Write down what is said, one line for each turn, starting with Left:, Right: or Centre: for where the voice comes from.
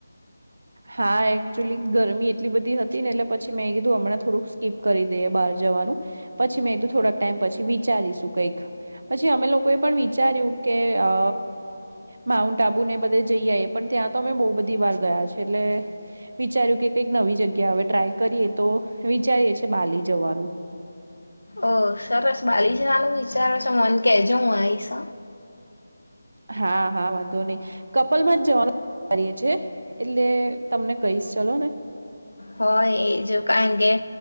Right: હા એકચુલી ગરમી એટલી બધી હતી ને એટલે પછી મેં કીધું હમણાં થોડુંક સ્કીપ કરી દઈએ બહાર જવાનું પછી મેં કીધું થોડાક ટાઈમ પછી વિચારીશું કંઈક પછી અમે લોકો એ પણ વિચાર્યું કે અ માઉન્ટ આબુ ને બધે જઈ આએ પણ ત્યાં તો અમે બહુ બધી વાર ગયા છે એટલે વિચાર્યું કે કંઈક નવી જગ્યા ટ્રાય કરીએ તો વિચારીએ છીએ બાલી જવાનું
Left: ઓ સરસ બાલી જવાનું વિચારો છો મન કેજો હું આઈશ
Right: હા હા વાંધો નહી કપલ માં જ જવાનું વિચારી એછે એટલે તમને કઈસ ચલો ને
Left: હો એજ કારણ કેે